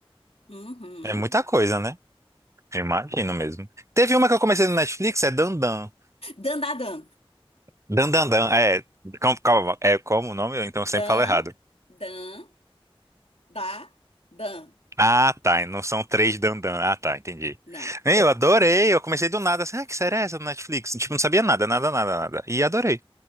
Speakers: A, on the left; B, on the right.
A: Uhum.
B: É muita coisa, né? Eu Imagino mesmo. Teve uma que eu comecei no Netflix, é Dandan.
A: Dan, dan, dan.
B: Dandandan, é. Como, calma, é como o nome? Então
A: Dan,
B: eu sempre falo errado.
A: dan. Da, dan.
B: Ah, tá. e Não são três dandan. Ah, tá. Entendi.
A: Não.
B: Ei, Eu adorei. Eu comecei do nada. Assim, ah, que série é essa do Netflix? Tipo, não sabia nada, nada, nada, nada. E adorei.